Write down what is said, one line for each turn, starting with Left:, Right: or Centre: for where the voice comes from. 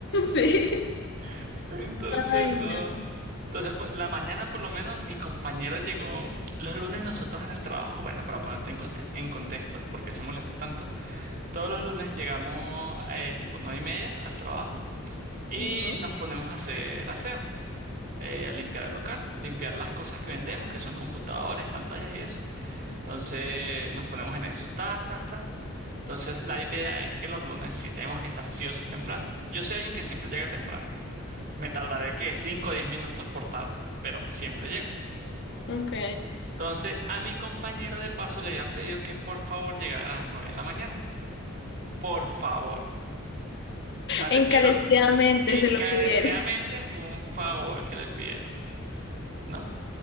Left: Sí.
Right: <laughs> Entonces,
Left: Ay,
Right: no.
Left: no.
Right: Entonces, pues, la mañana por lo menos mi compañero llegó. Los lunes nosotros en el trabajo, bueno, para ponerte en, conte- en contexto, porque se molesta tanto, todos los lunes llegamos eh, tipo nueve y media al trabajo y
Left: Ujú,
Right: nos ponemos a hacer aseo. eh, a limpiar el local, limpiar las cosas que vendemos, que son computadores, pantallas y eso. Entonces nos ponemos en eso. Ta, ta, ta. Entonces la idea es que los lunes sí tenemos que estar sí o sí temprano. Yo soy alguien que siempre llega temprano. Me tardaré que 5 o 10 minutos por tarde, pero siempre llego.
Left: Ok.
Right: Entonces a mi compañero de paso le habían pedido que por favor llegara a las 9 de la mañana. Por favor. O sea, le
Left: Encarecidamente
Right: pidieron encarecidamente,
Left: se lo pidieron.
Right: fue un favor que le pidieron, ¿no?